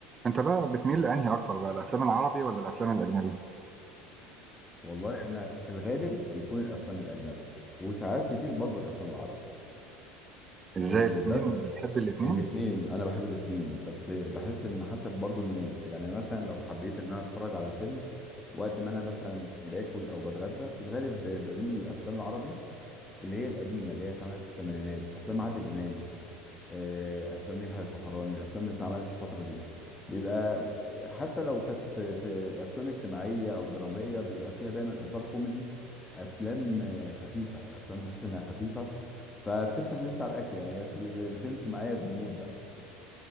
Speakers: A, on the right; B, on the left.
A: أنت بقى بتميل لأنهي أكتر بقى الأفلام العربي والّا الأفلام الأجنبي؟
B: والله انا في الغالب بيكون الافلام الاجنبي وساعات كتير برضو الافلام العربي
A: إزاي
B: إيه،
A: الاتنين
B: بس
A: بتحب الاتنين؟
B: الاثنين انا بحب الاثنين بس بحس ان حسب برضو المود يعني مثلا لو حبيت ان انا اتفرج على فيلم وقت ما انا مثلا باكل او بتغدى في الغالب ب- بميل للافلام العربي اللي هي القديمه اللي هي اتعملت في الثمانينات افلام عادل امام آه، افلام يحيى الفخراني الافلام اللي اتعملت في الفتره دي بيبقى حتى لو كانت في في افلام اجتماعيه او دراميه بيبقى فيها دايما اطار كوميدي افلام آه، خفيفه افلام تحس انها خفيفه فبتفتح نفسي على الاكل يعني هي ب- ب- بتمشي معايا بالمود ده